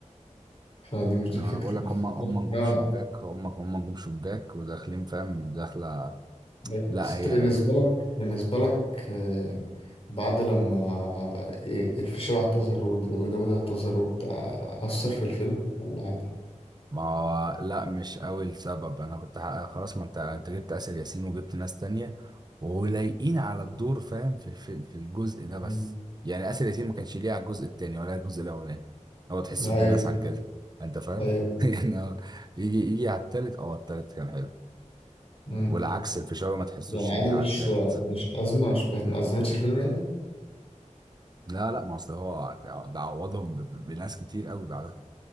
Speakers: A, on the left; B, on the right.
A: فدي مش دي
B: يعني
A: الفكرة
B: انا بقول لك
A: الفكرة
B: هم هم
A: في-
B: نجوم
A: آه
B: شباك هم هم نجوم شباك وداخلين فاهم داخله
A: بس
B: لا
A: أنت
B: هي
A: بالنسبة
B: حلوه
A: لك بالنسبة لك آه، بعد لما آه، إيه، الفيشاوي اعتذر ود- وداود اعتذر وبتاع أثر في الفيلم ولا عادي؟
B: ما هو لا مش قوي السبب انا كنت ه- خلاص ما انت انت جبت اسر ياسين وجبت ناس تانية ولايقين
A: مم.
B: على الدور فاهم في في في الجزء ده بس
A: مم.
B: يعني اسر ياسين ما كانش ليه على الجزء التاني ولا الجزء الاولاني هو تحسه
A: أيوه
B: ابن ناس عن كده انت فاهم
A: أيوه
B: <laughs> يعني هو يجي يجي على التالت اه التالت كان حلو
A: امم
B: والعكس الفيشاوي ما تحسوش
A: يعني عادي
B: ليه
A: مش
B: على التالت
A: مش أزمة مش ما أزمتش الفيلم يعني
B: لا لا ما اصل هو ده ده عوضهم ب- ب- بناس كتير قوي بعدها